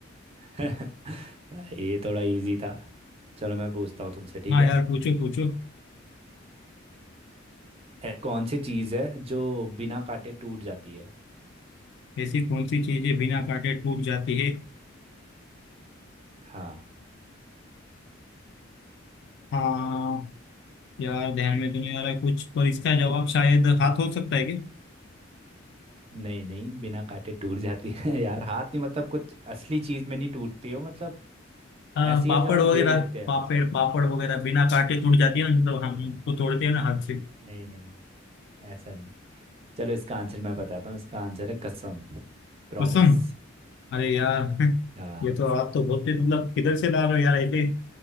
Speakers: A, on the right; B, on the left.
A: <laughs> ये थोड़ा इजी था चलो मैं पूछता हूँ तुमसे ठीक
B: हाँ
A: है
B: यार पूछो पूछो
A: ऐ- कौन सी चीज़ है जो बिना काटे टूट जाती है
B: ऐसी कौन सी चीजें बिना काटे टूट जाती है
A: हाँ
B: हाँ यार ध्यान में तो नहीं आ रहा है कुछ पर इसका जवाब शायद हाथ हो सकता है क्या
A: नहीं नहीं बिना काटे टूट जाती है <laughs> यार हाथ नहीं मतलब कुछ असली चीज में नहीं टूटती हो मतलब
B: आ,
A: ऐसी
B: पापड़
A: है जो हम
B: वगैरह
A: दे देते हैं
B: पापड़
A: मतलब
B: पापड़ वगैरह बिना काटे टूट जाती है ना मतलब
A: नहीं
B: हम उसको तोड़ते हैं ना हाथ से
A: नहीं नहीं नहीं ऐसा नहीं चलो इसका आंसर मैं बताता हूँ इसका आंसर है कसम प्रॉमिस
B: कसम अरे यार <laughs>
A: हाँ
B: ये तो आप तो बहुत ही मतलब किधर से ला रहे हो यार ऐसे